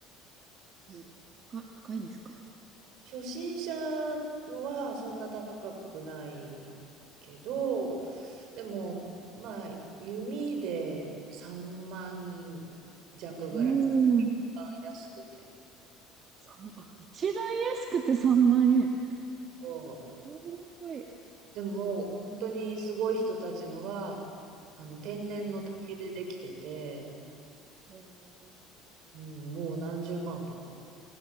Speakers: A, on the right; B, on the right.
A: そう
B: えか高いんですか
A: 初心者のはそんな高くないけど、でも、まあ、弓で3万弱ぐらい。
B: うーん。
A: 番安くて。
B: そう、あ、一番安くて3万円。
A: そ
B: すごい。
A: うでも本当にすごい人たちのはあの天然の竹でできてて、
B: はい。へー
A: うん、もう何十万とか